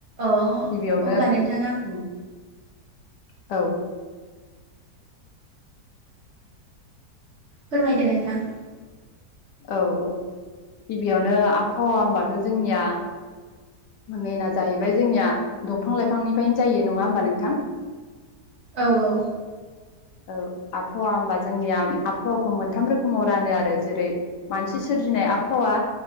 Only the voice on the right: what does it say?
अ
अब्ला नोंथाङा
फोरमायदो नोंथां
औ- औ